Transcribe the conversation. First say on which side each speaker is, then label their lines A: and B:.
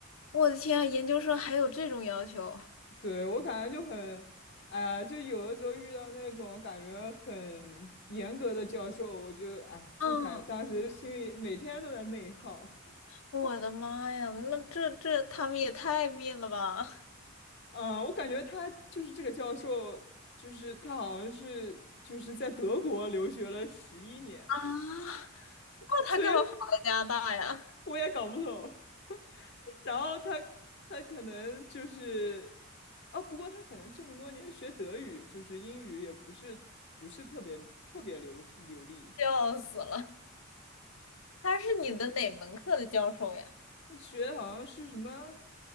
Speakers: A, on the left; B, on the left.
A: 我的天啊，研究生还有这种要求？
B: 对，我感觉就很，哎呀，就有的时候遇到那种感觉很严格的教授，我就哎，就感当时心里每天都在内耗。
A: 嗯，我的妈呀，那这这他们也太命了吧！
B: 嗯，我感觉他就是这个教授，就是他好像是就是在德国留学了十一年，
A: 啊，<laughs> 那他干嘛跑到加拿大呀？
B: 所以
A: <laughs>
B: 我也搞不懂。<laughs> 然后他他可能就是，啊，不过他可能这么多年学德语，就是英语也不是不是特别特别流流利。
A: 笑死了！他是你的哪门课的教授呀？
B: 他学的好像是什么，